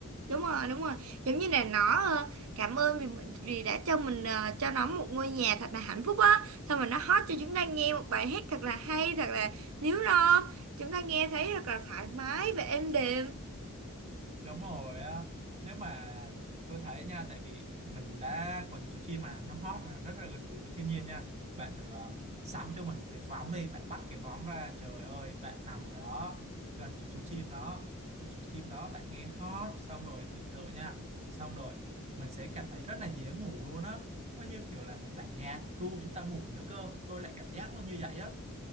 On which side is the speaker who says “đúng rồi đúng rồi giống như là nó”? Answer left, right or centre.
Right